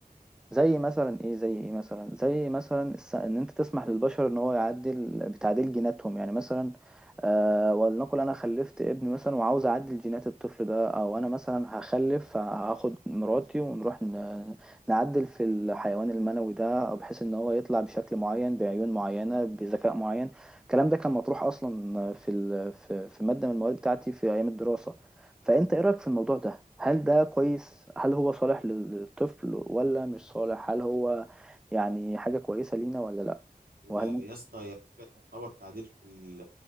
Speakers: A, in the centre; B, on the right (about 85°).
A: زي مثلا ايه زي ايه مثلا زي مثلا الس- ان انت تسمح للبشر ان هو يعدل بتعديل جيناتهم يعني مثلا آه ولنقل انا خلفت ابن مثلا وعاوز اعدل جينات الطفل ده او انا مثلا هخلف هاخد مراتي ونروح ن- نعدل في الحيوان المنوي ده أو بحيث ان هو يطلع بشكل معين بعيون معينة بذكاء معين الكلام ده كان مطروح اصلا في ال- في في مادة من المواد بتاعتي في ايام الدراسة فأنت إيه رأيك في الموضوع ده؟ هل ده كويس؟ هل هو صالح لل- للطفل ولا مش صالح؟ هل هو يعني حاجة كويسة لينا ولا لأ؟
B: يا
A: وهل ممكن
B: يا اسطى هي حاجة تعتبر تعديل في, ال...